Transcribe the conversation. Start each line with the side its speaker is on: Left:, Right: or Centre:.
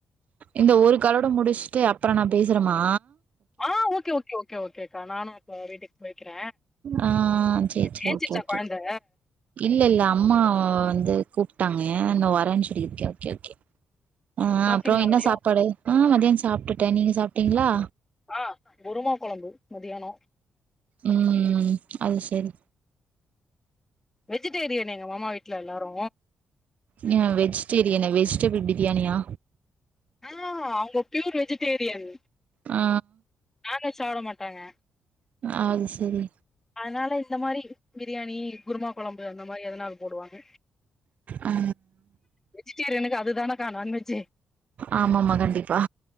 Right: இந்த ஒரு கலோட முடிஸ்ட்டு அப்பறோ நா பேசறம்மா
Left: ஆ ஓகே ஓகே ஓகே ஓகே அக்கா நானு அப்ப வீட்டுக்கு போய்க்கிற
Right: ஆ சேரி
Left: இங்க
Right: சேரி
Left: ஏன்சிச்சா
Right: ஓகே ஓகே
Left: கொழந்த
Right: இல்ல இல்ல அம்மா வந்து கூப்ட்டாங்க நா வரேன்னு சொல்லியிரு கே ஒகே ஒகே அ
Left: சாப்ட்டீங்களா
Right: அப்றோ என்ன
Left: மதியோ
Right: சாப்பாடு ஆ மதியம் சாப்ட்டுட்ட நீங்க சாப்டீங்ளா
Left: ஆ குருமா கொழம்பு மதியானோ
Right: உம் அது சரி
Left: வெஜிடேரியன் எங்க மாமா வீட்ல எல்லாரு
Right: ங்யா வெஜிடேரியனா வெஜிடபிள் பிரியாணியா
Left: ஆ அவங்க பியூர் வெஜிடேரியன்
Right: ஆ
Left: நான் வெஜ் சாப்ட மாட்டாங்க
Right: அது சரி
Left: அதனால இந்த மாரி பிரியாணி குருமா கொழம்பு அந்த மாரி எதனாலு போடுவாங்க
Right: ஆ
Left: வெஜிடேரியனுக்கு அதுதானக்கா நான்வெஜ்ஜு
Right: ஆமாமா கண்டிப்பா